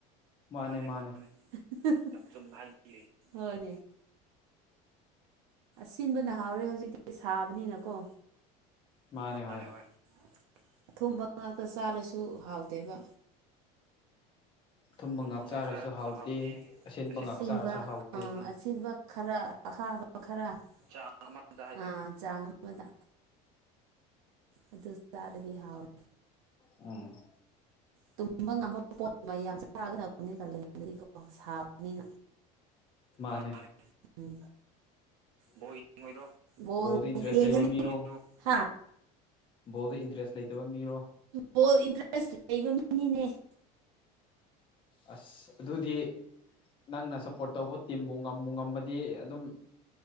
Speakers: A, on the left; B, on the right.
A: ꯃꯥꯅꯦ
B: ꯃꯥꯟꯅꯦ
A: ꯃꯥꯅꯦ
B: ꯃꯥꯟꯅꯦ ꯌꯥꯝ ꯆꯨꯝꯅ ꯍꯥꯏꯕꯤꯔꯦ ꯍꯣꯏꯅꯦ ꯑꯁꯤꯟꯕꯅ ꯍꯥꯎꯔꯦ ꯍꯧꯖꯤꯛꯇꯤ ꯁꯥꯕꯅꯤꯅꯀꯣ
A: ꯃꯥꯅꯦ
B: ꯃꯥꯟꯅꯦ
A: ꯍꯣꯏ
B: ꯍꯣꯢ ꯑꯊꯨꯝꯕ ꯉꯥꯛꯇ ꯆꯥꯔꯁꯨ ꯍꯥꯎꯇꯦꯕ
A: ꯊꯨꯝꯕ
B: ꯑꯊꯨꯝꯕ ꯉꯥꯛ ꯆꯥꯔꯁꯨ
A: ꯍꯥꯎꯇꯦ
B: ꯍꯥꯎꯇꯦꯌꯦ
A: ꯉꯥꯛ
B: ꯑꯁꯤꯟꯕ
A: ꯆꯥꯔꯁꯨ ꯍꯥꯎꯇꯦ
B: ꯑꯥ ꯑꯁꯤꯟꯕ ꯈꯔꯥ ꯑꯈꯥꯕ ꯈꯔꯥ ꯆꯥꯡ ꯑꯃꯗ ꯑꯥ ꯆꯥꯡ ꯑꯃꯗ ꯑꯗꯨ ꯆꯥꯔꯗꯤ ꯍꯥꯎꯋꯦ
A: ꯎꯝ
B: ꯇꯨꯝꯕ ꯉꯝꯕ ꯄꯣꯠ ꯃꯌꯥꯝ ꯆꯥꯒꯗꯕꯅꯤ ꯀꯥꯂꯦꯟꯗꯗꯤꯀꯣ ꯁꯥꯕꯅꯤꯅ
A: ꯃꯥꯅꯦ
B: ꯃꯥꯟꯅꯦ ꯎꯝ ꯕꯣꯜ ꯌꯦꯡꯉꯣꯏꯗ꯭ꯔꯣ ꯕꯣꯜ
A: ꯕꯣꯜꯗ ꯏꯟꯇꯔꯦꯁ
B: ꯌꯦꯡꯒꯅꯤ
A: ꯂꯩꯕ ꯃꯤꯔꯣ
B: <unintelligible> ꯍꯥ
A: ꯕꯣꯜꯗ ꯏꯟꯇ꯭ꯔꯦꯁ ꯂꯩꯇꯕ ꯃꯤꯔꯣ
B: ꯕꯣꯜ ꯏꯟꯇ꯭ꯔꯦꯁ ꯂꯩꯕ ꯃꯤꯅꯤꯅꯦ
A: ꯑꯁ ꯑꯗꯨꯗꯤ ꯅꯪꯅ ꯁ꯭ꯄꯣꯔꯠ ꯇꯧꯕ ꯇꯤꯝꯕꯨ ꯉꯝꯕꯨ ꯉꯝꯃꯗꯤ ꯑꯗꯨꯝ